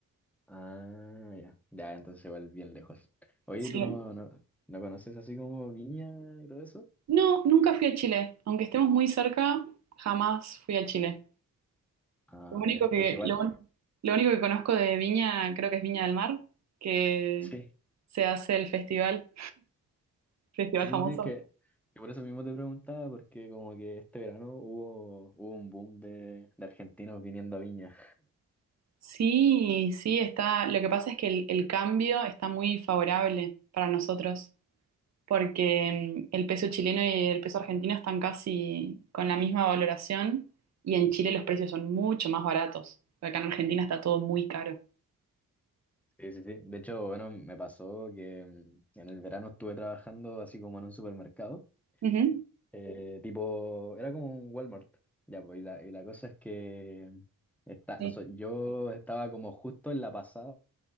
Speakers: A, in the centre; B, on the right.
A: Ah, ya. Ya, entonces igual bien lejos. Oye,
B: Sí.
A: ¿tú no, no, no conoces así como Viña y todo eso?
B: No, nunca fui a Chile, aunque estemos muy cerca, jamás fui a Chile.
A: Ah,
B: Lo único
A: ya.
B: que,
A: Es que igual,
B: lo, un- lo único que conozco de Viña, creo que es Viña del Mar, que
A: sí.
B: se hace el festival, <laughs> festival
A: Sí,
B: famoso
A: sí, sí, que, que por eso mismo te preguntaba, porque como que este verano hubo, hubo un boom de, de argentinos viniendo a Viña.
B: Sí, sí, está. Lo que pasa es que el, el cambio está muy favorable para nosotros, porque mm, el peso chileno y el peso argentino están casi con la misma valoración y en Chile los precios son mucho más baratos. Acá en Argentina está todo muy caro.
A: Sí, sí, sí. De hecho, bueno, me pasó que mm, en el verano estuve trabajando así como en un supermercado,
B: Ujú,
A: eh, tipo, era como un Walmart, ya, pues, y la, y la cosa es que mm, está,
B: Sí,
A: no sé, yo estaba como justo en la pasada,